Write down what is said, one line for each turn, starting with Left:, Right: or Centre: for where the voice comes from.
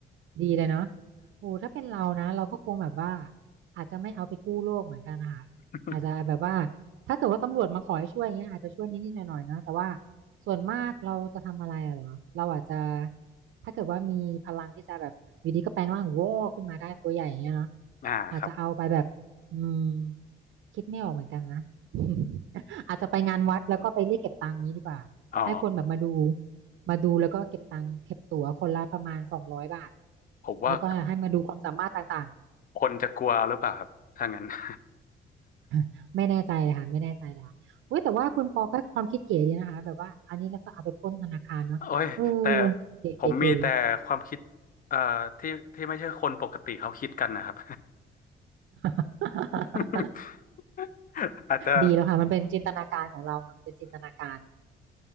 Right: ดีเลยเนาะโอ้ถ้าเป็นเรานะเราก็คงแบบว่าอาจจะไม่เอาไปกู้โลกเหมือนกันนะคะอาจจะแบบว่า
Left: <laughs>
Right: ถ้าเกิดว่าตำรวจมาขอให้ช่วยอย่างเงี้ยอาจจะช่วยนิดๆหน่อยๆเนาะแต่ว่าส่วนมากเราจะทำอะไรอะเหรอเราอาจจะถ้าเกิดว่ามีพลังที่จะแบบอยู่ดีก็แปลงร่างวอขึ้นมาได้ตัวใหญ่อย่างเงี้ยเนาะ
Left: อ่าครับ
Right: อาจจะเอาไปแบบอืมคิดไม่ออกเหมือนกันนะ <laughs> อาจจะไปงานวัดแล้วก็ไปเรียกเก็บตังค์นี้ดีกว่า
Left: <laughs> อ๋อ
Right: ให้คนแบบมาดูมาดูแล้วก็เก็บตังค์เก็บตั๋วคนละประมาณสองร้อยบาท
Left: ผมว่า
Right: แล้วก็ให้มาดูความสามารถต่าง
Left: คนจะกลัวหรือเปล่าครับถ้างั้น <laughs>
Right: ๆไม่แน่ใจเลยค่ะไม่แน่ใจเลยค่ะเว้ยแต่ว่าคุณปอก็ความคิดเก๋ดีนะคะแบบว่าอันนี้แล้วก็เอาไปปล้นธนาคารเนาะเออ
Left: โอ้ยแต่
Right: เก๋เก๋เก๋
Left: ผมมีแต่ความคิดเอ่อที่ที่ไม่ใช่คนปกติเขาคิดกันนะครับ
Right: <laughs>
Left: <laughs> อาจจะ
Right: ดีแล้วค่ะมันเป็นจินตนาการของเราค่ะมันเป็นจินตนาการ